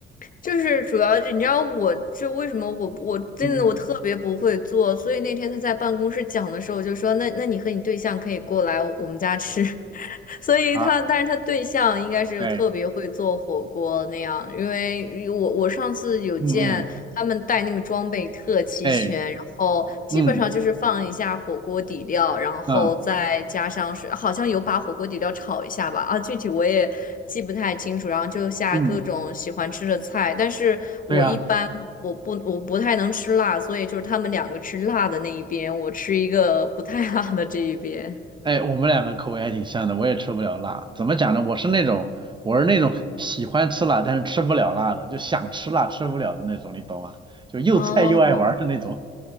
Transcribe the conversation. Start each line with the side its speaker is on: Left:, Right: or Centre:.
Left: 就是主要是你知道我这为什么我我真的我特别不会做，
Right: 嗯嗯，
Left: 所以那天他在办公室讲的时候，我就说那那你和你对象可以过来我们家吃。所以他，
Right: 啊，
Left: 但是他对象应该是特别会做火锅那样，
Right: 哎，
Left: 因为我我上次有见他们带那个装备特齐全，
Right: 嗯嗯，哎，
Left: 然后基本上就是放一下火锅底料，
Right: 嗯
Left: 然后再加上水，
Right: 嗯
Left: 好像有把火锅底料炒一下吧，啊，具体我也记不太清楚，然后就下各种喜欢吃的菜，
Right: 嗯，
Left: 但是我一般我不我不太能吃辣，
Right: 对呀。
Left: 所以就是他们两个吃辣的那一边，我吃一个不太辣的这一边。
Right: 哎，我们两个口味还挺像的，我也吃不了辣。怎么讲呢？我是那种，我是那种喜欢吃辣，但是吃不了辣的，就想吃辣吃不了的那种，你懂吗？就又菜又爱玩的那种。
Left: 哦，